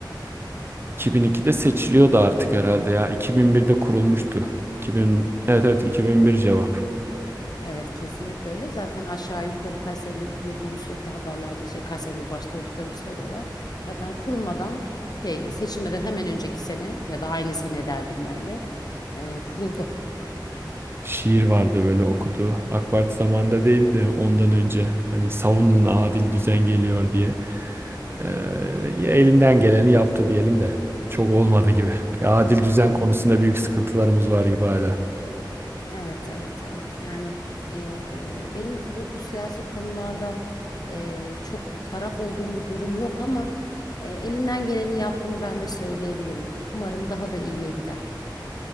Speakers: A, on the right (about 30°); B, on the left (about 55°).
A: 2002'de seçiliyordu artık herhalde ya. 2001'de kurulmuştu. 2000, evet evet 2001 cevap.
B: Evet kesinlikle öyle. Zaten aşağı yukarı kaç senedir kurulduğunu sürekli haberlerde şey kaç senedir başta olduklarını söylüyorlar. Zaten kurulmadan şey seçilmeden hemen önceki sene ya da aynı sene derdim ben de e, kuruldu.
A: Şiir vardı böyle okuduğu. AK Parti zamanında değil de ondan önce hani savunun adil düzen geliyor diye. Ee, ya elinden geleni yaptı diyelim de. Çok olmadı gibi. Bir adil düzen konusunda büyük sıkıntılarımız var gibi hala.
B: Evet, evet, evet. Yani eee, benim tabii bu siyasi konularda eee, çok taraf olduğum bir durum yok ama eee, elinden geleni yaptığını ben de söyleyebilirim. Umarım daha da iyiye gider.